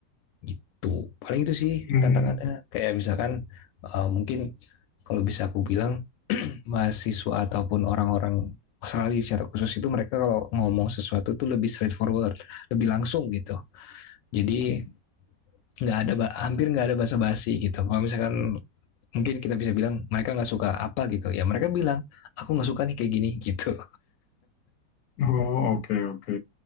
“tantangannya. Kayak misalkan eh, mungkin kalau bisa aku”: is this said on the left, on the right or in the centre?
Left